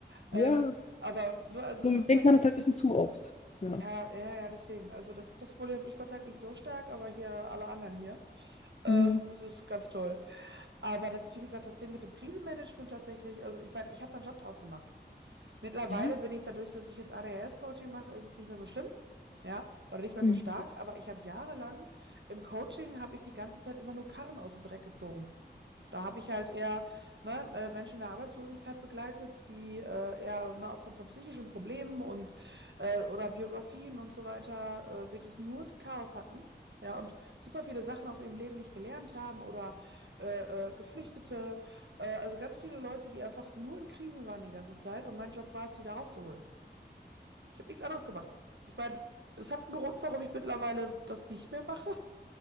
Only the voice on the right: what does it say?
Ähm,
aber ne, also
es ist
tatsächlich
wirklich.
Ja, ja, ja, deswegen. Also das, das Problem habe ich Gott sei Dank nicht so stark, aber hier alle anderen hier. Äh,
es ist ganz toll. Aber das, wie gesagt, das Ding mit dem Krisenmanagement tatsächlich, also ich meine, ich habe da einen Job draus gemacht. Mittlerweile
bin ich dadurch, dass ich jetzt ADHS-Coaching mache, ist es nicht mehr so schlimm. Ja, oder nicht mehr
so stark, aber ich habe jahrelang im Coaching habe ich die ganze Zeit immer nur Karren aus dem Dreck gezogen. Da habe ich halt eher ne, äh, Menschen in der Arbeitslosigkeit begleitet, die äh, eher ne, aufgrund von psychischen Problemen und äh, oder Biografien und so weiter äh, wirklich nur Chaos hatten. Ja, und super viele Sachen auch im Leben nicht gelernt haben oder äh, äh, Geflüchtete. Äh, also ganz viele Leute, die einfach nur in Krisen waren die ganze Zeit. Und mein Job war es, die da rauszuholen. Ich habe nichts anderes gemacht. Ich meine, es hat einen Grund, warum ich mittlerweile das nicht mehr mache.